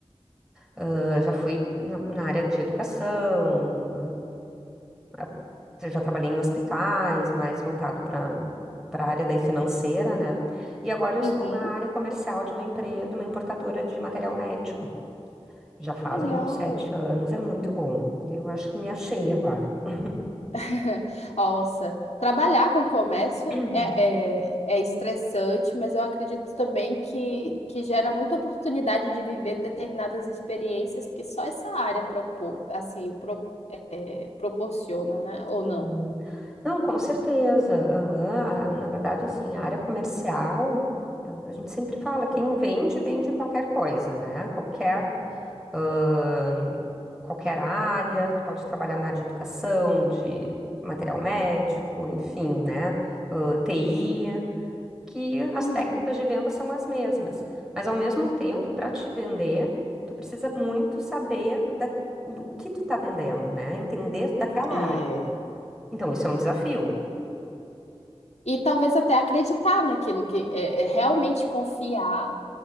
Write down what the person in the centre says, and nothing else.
Ah, já fui na, na área de educação, ah, a- já trabalhei em hospitais, mais voltado para para a área daí financeira, né? E agora eu estou
na área comercial de uma empresa, de uma importadora de material médico. Já fazem
uns sete anos, é muito bom. Eu acho que me achei agora. <clears throat>
<laughs>
Sim.
Não, com certeza. aham. Ah, Na verdade, assim, a área comercial, ah, a gente sempre fala, quem vende, vende qualquer coisa, né? Qualquer, ah, qualquer área, tu pode trabalhar na área de educação, de material médico, enfim, né? Ah, TI. que as
técnicas de venda são as mesmas. Mas ao mesmo tempo, para te vender, tu precisa muito saber da- o, do- o que tu está vendendo, né? Entender daquela
área. Então, isso é um desafio.